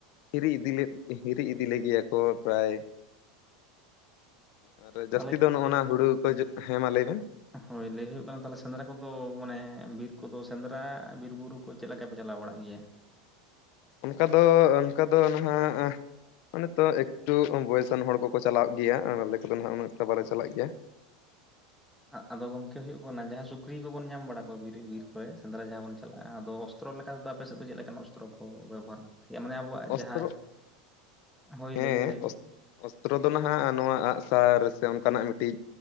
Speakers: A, on the left; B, in the centre.
A: ᱦᱤᱨᱤ ᱤᱫᱤᱞᱮᱜ ᱦᱤᱨᱤ ᱤᱫᱤᱞ ᱞᱮᱜᱮᱭᱟ ᱠᱚ ᱯᱨᱟᱭ ᱟᱨ
B: ᱛᱟᱦᱚᱞᱮ
A: ᱡᱟᱹᱥᱛᱤ ᱫᱚ
B: ᱜᱚᱢᱠᱮ
A: ᱱᱚᱜᱼᱚ ᱱᱟ ᱦᱩᱲᱩ ᱜᱮ ᱦᱮᱸ ᱢᱟ ᱞᱟᱹᱭ ᱵᱮᱱ
B: ᱦᱳᱭ ᱞᱟᱹᱭ ᱦᱩᱭᱩᱜ ᱠᱟᱱᱟ ᱛᱟᱦᱚᱞᱮ ᱥᱮᱸᱫᱽᱨᱟ ᱠᱚᱫᱚ ᱢᱟᱱᱮ ᱵᱤᱨ ᱠᱚᱫᱚ ᱥᱮᱸᱫᱽᱨᱟ ᱵᱤᱨ ᱵᱩᱨᱩ ᱠᱚ ᱪᱮᱫ ᱞᱮᱠᱟ ᱯᱮ ᱪᱟᱞᱟᱣ ᱵᱟᱲᱟᱜ ᱜᱮᱭᱟ ᱾
A: ᱚᱱᱠᱟ ᱫᱚ ᱚᱱᱠᱟ ᱫᱚ ᱱᱟᱦᱟᱜ ᱚᱱᱮ ᱛᱚ ᱮᱠᱴᱩ ᱵᱚᱭᱮᱥᱟᱱ ᱦᱚᱲ ᱠᱚᱠᱚ ᱪᱟᱞᱟᱜ ᱜᱮᱭᱟ ᱾ ᱟᱞᱮ ᱠᱚᱫᱚ ᱩᱱᱟᱹ ᱮᱠᱴᱟ ᱵᱟᱞᱮ ᱪᱟᱞᱟᱜ ᱜᱮᱭᱟ ᱾
B: ᱟᱫᱚ ᱜᱚᱝᱠᱮ ᱦᱩᱭᱩᱜ ᱠᱟᱱᱟ ᱡᱟᱦᱟᱸ ᱥᱩᱠᱨᱤ ᱠᱚᱵᱚᱱ ᱧᱟᱢ ᱵᱟᱲᱟ ᱠᱚᱣᱟ ᱵᱤᱨ, ᱵᱤᱨ ᱠᱚᱨᱮ ᱥᱮᱸᱫᱽᱨᱟ ᱡᱟᱦᱟᱸ ᱵᱚᱱ ᱪᱟᱞᱟᱜ-ᱟ ᱟᱫᱚ ᱚᱥᱛᱨᱚ ᱞᱮᱠᱟ ᱛᱮᱫᱚ ᱟᱯᱮ ᱥᱮᱫ ᱫᱚ ᱪᱮᱫ ᱞᱮᱠᱟᱱ ᱚᱥᱛᱨᱚ ᱠᱚ ᱵᱮᱵᱚᱦᱟᱨ ᱢᱟᱱᱮ ᱟᱵᱚᱣᱟᱜ
A: ᱚᱥᱛᱨᱚ
B: ᱡᱟᱦᱟᱸ ᱦᱳᱭ
A: ᱦᱮᱸ
B: ᱞᱟᱹᱭ ᱵᱤᱱ, ᱞᱟᱹᱭ
A: ᱚᱥ-
B: ᱵᱤᱱ
A: ᱚᱥᱛᱨᱚ ᱫᱚ ᱱᱟᱦᱟᱜ ᱱᱚᱣᱟ ᱟᱜ-ᱥᱟᱨ ᱥᱮ ᱚᱱᱠᱟ ᱱᱟᱜ ᱢᱤᱫᱴᱤᱡ